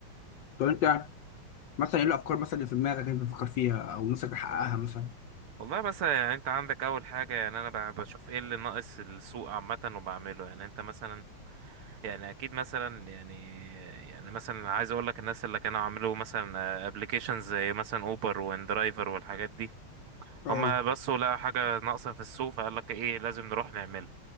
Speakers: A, on the left (about 65°); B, on the right (about 80°).
A: طب انت مثلا ايه الافكار مثلا اللي في دماغك انت بتفكر فيها او نفسك تحققها مثلا
B: والله مثلا يعني انت عندك اول حاجة يعني انا ب- بشوف ايه اللي ناقص السوق عامة وبعمله يعني انت مثلا يعني اكيد مثلا يعني يعني مثلا عايز اقول لك الناس اللي كانوا عملوا مثلا ابلكيشنز زي مثلا اوبر واندرايفر والحاجات دي
A: اه
B: هما بصوا لقوا حاجه ناقصه في السوق فقال لك ايه لازم نروح نعملها